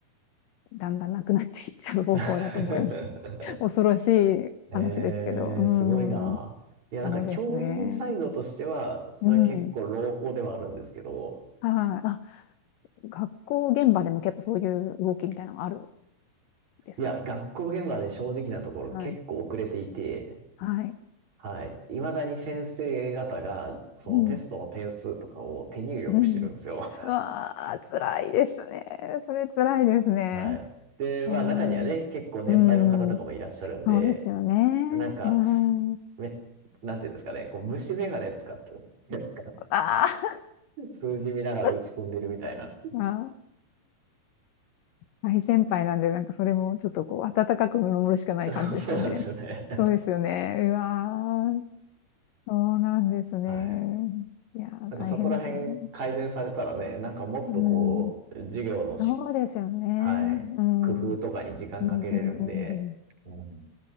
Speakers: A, on the left (about 70°); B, on the right (about 45°).
A: だんだんなくなっていっちゃう方向だと思います。
B: <laughs>
A: <laughs> 恐ろしい話ですけど、
B: ええ、
A: うーん、
B: すごいな。いや、なんか教員サイドとしては、
A: そうですね。
B: それ結構朗報ではあるんですけど、
A: うん。はい。あ、学校現場でも結構そういう動きみたいなのがあるんですか
B: いや、学校現場で正直なところ結構遅れていて、
A: はい。はい。
B: はい。未だに先生方が、そのテストの点数とかを手入力してるんですよ。
A: うん。うん。
B: <laughs>
A: うわあ、辛いですね。それ辛いですね。
B: はい。で、
A: いやー
B: まあ中にはね、結構年配の方とかもいらっしゃるんで、
A: うん。そうですよね。
B: なんか、
A: うん。
B: め、なんていうんですかね、こう虫眼鏡使って、なんか
A: あー
B: 数字見ながら打ち込んでるみたいな。
A: <laughs> まあ、大先輩なんで、なんかそれもちょっとこう、温かく見守るしかない感じですよね。
B: <laughs> そうなんですよね。
A: そうですよね。うわー、そうなんですね。
B: はい。
A: いやー、
B: なんかそこら辺改善されたらね、
A: 大変ですよね。
B: なんかもっとこう、
A: うん、
B: 授業のし、
A: そうですよね。
B: はい、
A: うん、
B: 工夫とかに時間かけれるんで、
A: うん、うん、うんうん。
B: うん、